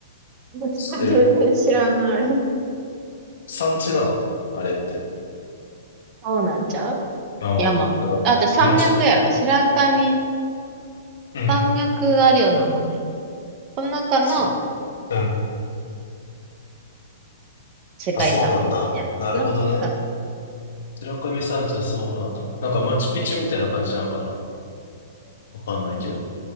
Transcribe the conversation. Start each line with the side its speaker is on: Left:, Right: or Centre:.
Right: ん。どっちか全然知らない。
Left: 知ってる山地なのあれって。
Right: そうなんちゃう
Left: あの、
Right: 山。
Left: なんか、
Right: だって山脈やろ。
Left: まあ、ち、
Right: 白神、
Left: うん。
Right: 山脈があるよな、あの辺。その中の
Left: さ、うん。
Right: 世界遺産やんな。
Left: あ、そうなんだ。なるほどね。
Right: 多分。
Left: 白神山地はそうなんだ。なんかマチュピチュみたいな感じなのかなわかんないけど。
Right: うー